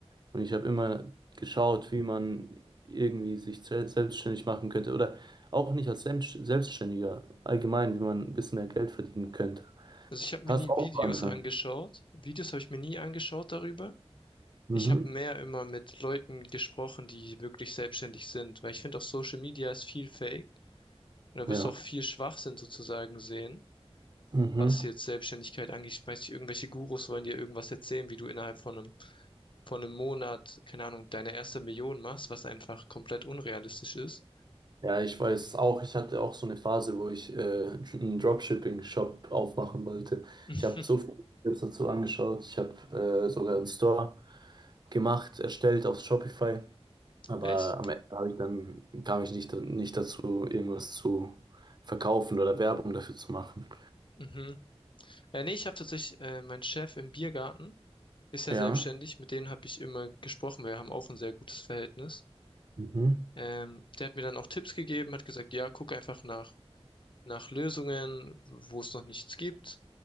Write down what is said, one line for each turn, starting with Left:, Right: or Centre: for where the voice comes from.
Right: Und ich habe immer geschaut, wie man irgendwie sich sel- selbstständig machen könnte. Oder auch nicht als Selbst- Selbstständiger, allgemein, wie man ein bisschen mehr Geld verdienen könnte.
Left: Also ich habe mir
Right: Hast
Left: nie
Right: du auch
Left: Videos
Right: angefangen?
Left: angeschaut. Videos habe ich mir nie angeschaut darüber.
Right: Mhm.
Left: Ich habe mehr immer mit Leuten gesprochen, die wirklich selbstständig sind, weil ich finde, auf Social Media ist viel Fake und da
Right: Ja.
Left: wirst du auch viel Schwachsinn sozusagen sehen.
Right: Mhm.
Left: was jetzt Selbstständigkeit angeht, schmeiß dich irgendwelche Gurus wollen dir irgendwas erzählen, wie du innerhalb von einem, von einem Monat, keine Ahnung, deine erste Million machst, was einfach komplett unrealistisch ist.
Right: Ja, ich weiß auch, ich hatte auch so eine Phase, wo ich äh, einen Dropshipping-Shop aufmachen wollte.
Left: <laughs>
Right: Ich habe so viele Videos dazu angeschaut. Ich habe äh, sogar einen Store gemacht, erstellt auf Shopify. Aber
Left: Echt?
Right: am Ende habe ich dann, kam ich nicht, nicht dazu, irgendwas zu verkaufen oder Werbung dafür zu machen.
Left: Mhm. Äh, nee, ich habe tatsächlich, äh, mein Chef im Biergarten ist ja
Right: Ja.
Left: selbstständig, mit dem habe ich immer gesprochen, wir haben auch ein sehr gutes Verhältnis.
Right: Mhm.
Left: Ähm, der hat mir dann auch Tipps gegeben, hat gesagt, ja, guck einfach nach, nach Lösungen, wo es noch nichts gibt,